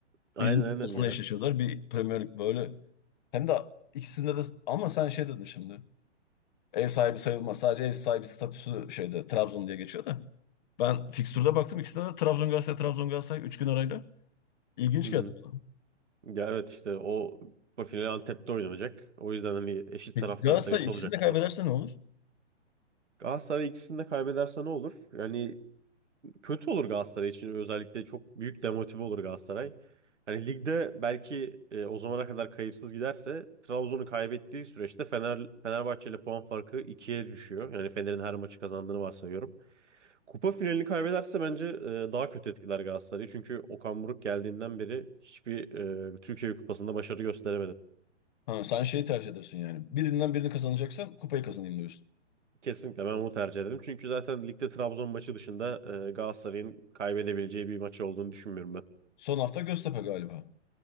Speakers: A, on the right; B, on the left.
A: Aynen
B: birlik
A: aynen
B: lig kupasında
A: ya.
B: eşleşiyorlar. Bir Premier Lig böyle. Hem de ikisinde de ama sen şey dedin şimdi. Ev sahibi sayılmaz. Sadece ev sahibi statüsü şeyde Trabzon diye geçiyor da. Ben fikstürde baktım. ikisinde de Trabzon Galatasaray Trabzon Galatasaray 3 gün arayla. İlginç
A: Hı
B: geldi
A: hı.
B: bana.
A: Ya evet işte o bu final Antep'te oynanacak. O yüzden hani eşit
B: Peki
A: taraftar
B: Galatasaray
A: sayısı
B: ikisini
A: olacak
B: de kaybederse
A: burada.
B: ne olur?
A: Galatasaray ikisini de kaybederse ne olur? Yani kötü olur Galatasaray için. Özellikle çok büyük demotive olur Galatasaray. Hani ligde belki e, o zamana kadar kayıpsız giderse Trabzon'u kaybettiği süreçte Fener Fenerbahçe ile puan farkı ikiye düşüyor. Yani Fener'in her maçı kazandığını varsayıyorum. Kupa finalini kaybederse bence e, daha kötü etkiler Galatasaray'ı. Çünkü Okan Buruk geldiğinden beri hiçbir e, Türkiye Kupası'nda başarı gösteremedi.
B: Ha, sen şeyi tercih edersin yani. Birinden birini kazanacaksan kupayı kazanayım diyorsun.
A: Kesinlikle ben onu tercih ederim. Çünkü zaten ligde Trabzon maçı dışında e, Galatasaray'ın kaybedebileceği bir maçı olduğunu düşünmüyorum ben.
B: Son hafta Göztepe galiba.